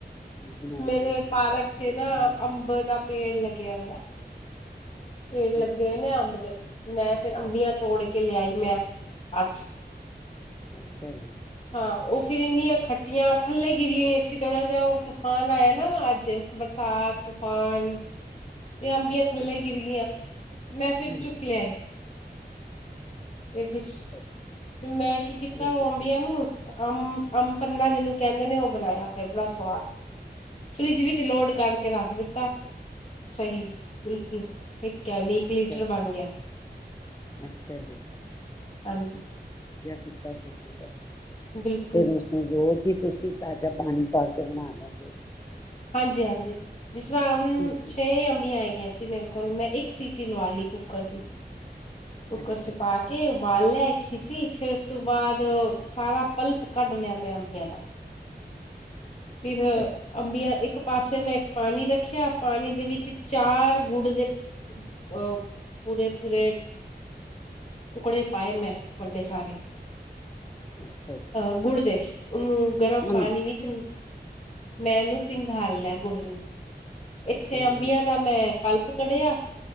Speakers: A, on the left; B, on the left.
A: ਕੀ ਬਣਾਈਏ
B: ਮੇਰੇ
A: ਕੀ
B: ਪਾਰਕ
A: ਕਰੀਏ
B: ਚ ਨਾ ਅੰਬ ਦਾ ਪੇੜ ਲੱਗਿਆ ਹੋਇਆ। ਪੇੜ ਲੱਗੇ
A: ਅੱਛਾ
B: ਹੋਏ ਨੇ ਅੰਬ ਦੇ ਮੈਂ ਫਿਰ ਅੰਬੀਆਂ ਤੋੜ ਕੇ ਲਿਆਈ ਮੈਂ ਅੱਜ
A: ਅੱਛਾ ਜੀ
B: ਹਾਂ ਉਹ। ਫਿਰ ਇੰਨੀਆਂ ਖੱਟੀਆਂ ਥੱਲੇ ਗਿਰੀਆਂ ਹੋਈਆਂ ਸੀ ਥੋੜਾ ਜਿਹਾ ਉਹ ਤੂਫਾਨ ਆਇਆ ਨਾ ਅੱਜ ਬਰਸਾਤ ਤੂਫਾਨ। ਤੇ ਅੰਬੀਆਂ
A: ਅੱਛਾ
B: ਥੱਲੇ ਗਿਰ ਗਈਆਂ। ਮੈਂ ਫਿਰ
A: ਹਾਂਜੀ
B: ਚੁੱਕ ਲਿਆਈ ਇਹ ਵਿਸ਼
A: ਅੱਛਾ
B: ਮੈਂ ਕੀ ਕੀਤਾ
A: ਅੱਛਾ
B: ਅੰਬੀਆਂ
A: ਜੀ
B: ਨੂੰ ਅਬ ਅੰਬ ਪੰਨਾ ਜਿਹਨੂੰ ਕਹਿੰਦੇ ਨੇ ਉਹ ਬਣਾਇਆ ਫਿਰ ਬੜਾ ਸਵਾਦ ਫਰਿੱਜ ਵਿੱਚ ਲੋਡ ਕਰਕੇ ਰੱਖ ਦਿੱਤ <unintelligible> ਸਹੀ ਬਿਲਕੁਲ ਇੱਕ ਕੈਨੀ ਇੱਕ
A: ਅੱਛਾ
B: ਲੀਟਰ ਬਣ ਗਿਆ
A: ਅੱਛਾ ਜੀ
B: ਹਾਂਜੀ
A: ਆ ਕੀਤਾ ਤੁਸੀਂ ਤੇ ਫੇਰ
B: ਬਿਲਕੁਲ
A: ਉਸਨੂੰ ਜੋ ਕੀ ਤੁਸੀਂ ਤਾਜ਼ਾ ਪਾਣੀ ਪਾ ਕੇ ਬਣਾ ਲੈਂਦੇ ਹੋ।
B: ਹਾਂਜੀ-ਹਾਂਜੀ ਜਿਸ ਤਰ੍ਹਾਂ ਹੁਣ
A: ਠੀਕ
B: ਛੇ
A: ਹੈ,
B: ਅੰਬੀਆ ਹੇਗੀਆਂ ਸੀ ਮੇਰੇ ਮੈਂ ਇੱਕ ਸੀਟੀ ਲਵਾਂ ਲੀ ਕੁੱਕਰ ਦੀ। ਕੁਕਰ
A: ਅੱਛਾ
B: ਚ
A: ਜੀ
B: ਪਾ ਕੇ ਪਾਲ ਲਿਆ ਇੱਕ ਸੀਟੀ ਫਿਰ ਉਸ ਤੋਂ ਬਾਅਦ ਸਾਰਾ ਪਲਪ ਕੱਢ ਲਿਆ ਮੈਂ ਅੰਬੀਆਂ ਦਾ। ਫਿਰ
A: ਅੱਛਾ ਜੀ
B: ਅੰਬੀਆਂ ਇੱਕ ਪਾਸੇ ਮੈਂ ਇੱਕ ਪਾਣੀ ਰੱਖਿਆ ਪਾਣੀ ਦੇ ਵਿੱਚ ਚਾਰ ਗੁੜ ਦੇ ਉਹ ਪੂਰੇ <unintelligible> ਟੁਕੜੇ ਪਾਏ ਮੈਂ ਵੱਡੇ ਸਾਰੇ।
A: ਅੱਛਾ ਜੀ
B: ਅਹ ਗੁੜ ਦੇ। ਉਹਨੂੰ ਗਰਮ
A: ਹਾਂਜੀ
B: ਪਾਣੀ ਵਿੱਚ ਮੈਂਨੂੰ ਪਿੰਗਾਲ ਲਿਆ ਗੁੜ ਨੂੰ ਇੱਥੇ
A: ਚੰਗਾ
B: ਅੰਬੀਆਂ
A: ਜੀ
B: ਦਾ ਮੈਂ ਪਲਪ ਪਕੜਿਆ